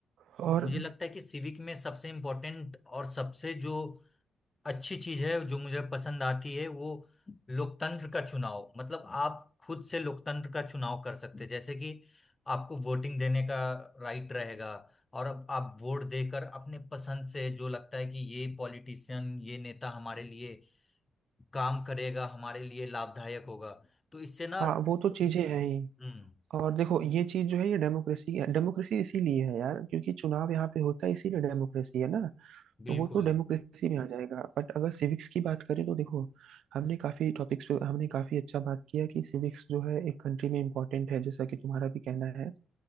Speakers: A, on the right; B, on the left.
A: और
B: मुझे लगता है कि सिविक में सबसे इम्पोर्टेंट और सबसे जो अच्छी चीज है जो मुझे पसंद आती है वो लोकतंत्र का चुनाव मतलब आप खुद से लोकतंत्र का चुनाव कर सकते हैं जैसे कि आपको वोटिंग देने का राइट रहेगा और अब आप वोट देकर अपने पसंद से जो लगता है कि ये पॉलिटिशियन ये नेता हमारे लिए काम करेगा हमारे लिए लाभदायक होगा तो इससे ना
A: हाँ वो तो चीजें हैं ही
B: हम्म
A: और देखो ये चीज जो है ये डेमोक्रेसी है डेमोक्रेसी इसीलिए है यार क्योंकि चुनाव यहाँ पे होता है इसीलिए डेमोक्रेसी है ना तो
B: बिल्कुल
A: वो तो डेमोक्रेसी में आ जाएगा बट अगर सिविक्स की बात करें तो देखो हमने काफी टॉपिक्स पे हमने काफी अच्छा बात किया कि सिविक्स जो है एक कंट्री में इम्पोर्टेंट है जैसा कि तुम्हारा भी कहना है